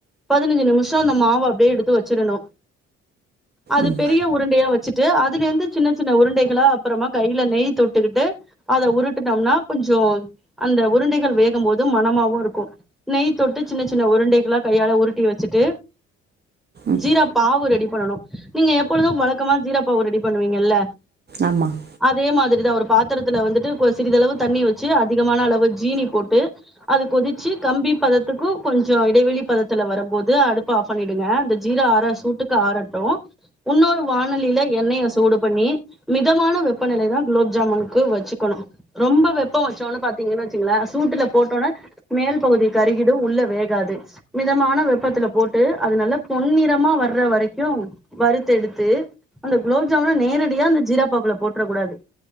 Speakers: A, in the centre; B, on the right (about 30°).
A: பதினஞ்சு நிமிஷொ அந்த மாவ அப்டியே எடுத்து வச்சிரணு அது
B: ம்
A: பெரிய உருண்டையா வச்சுட்டு அதுலேருந்து சின்ன சின்ன உருண்டைகளா அப்பறமா கையில நெய் தொட்டுக்கிட்டு அத உருட்டனம்னா கொஞ்சோ அந்த உருண்டைகள் வேகும் போது மணமாவு இருக்கூ நெய் தொட்டு சின்ன சின்ன உருண்டைகளா கையால உருட் டி வச்சுட்டு
B: ம்
A: ஜீரா பாவு ரெடி பண்ணனு நீங்க எப்பொழுதும் வழக்கமா ஜீராப்பாவு ரெடி பண்ணுவீங்கல்ல
B: ஆமாம்
A: அதே மாதிரிதா ஒரு பாத்தரத்துல வந்துட்டு கொ சிறிதளவு தண்ணி வச்சு அதிகமான அளவு ஜீனி போட்டு அது கொதிச்சி கம்பி பதத்துக்கும் கொஞ்சொ இடைவெளி பதத்துல வரம்போது அடுப்ப ஆஃப் பண்ணிடுங்க அந்த ஜீரா அற சூட்டுக்கு ஆறட்டு உன்னொரு வானெலில எண்ணெய சூடு பண்ணி மிதமான வெப்பநிலை தா குலாப் ஜாமுனுக்கு வச்சுக்கணு ரொம்ப வெப்பம் வச்சோன்னு பாத்தீங்கன்னு வச்சுங்களே சூட்டுல போட்டோன மேல் பகுதி கருகிடு உள்ள வேகாது மிதமான வெப்பத்துல போட்டு அது நல்ல பொன்னிறமா வர்ற வரைக்கு வறுத்தெடுத்து அந்த குலாப் ஜாமுன நேரடியா அந்த ஜீராப் பாகுல போட்ரக் கூடாது